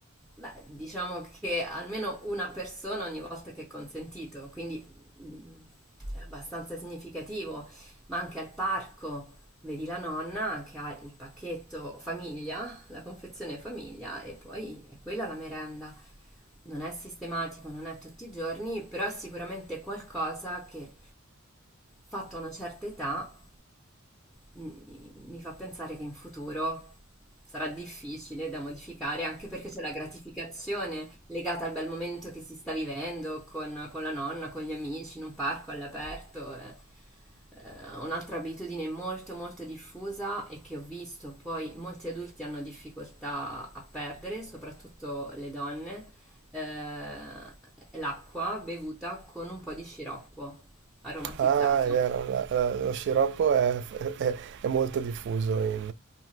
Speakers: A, in the centre; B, on the right.
A: Beh, diciamo che almeno una persona ogni volta che è consentito, quindi mh, è abbastanza significativo, ma anche al parco vedi la nonna che ha il pacchetto famiglia, la confezione famiglia e poi è quella la merenda. Non è sistematico, non è tutti i giorni, però è sicuramente qualcosa che fatta una certa età mi fa pensare che in futuro sarà difficile da modificare, anche perché c'è la gratificazione legata al bel momento che si sta vivendo con, con la nonna, con gli amici, in un parco all'aperto. eh. Eh, un'altra abitudine molto molto diffusa e che ho visto poi molti adulti hanno difficoltà a perdere, soprattutto le donne, eh, l'acqua bevuta con un po' di sciroppo aromatizzato.
B: Ah, è vero, la- la- lo sciroppo è, è- è molto diffuso in,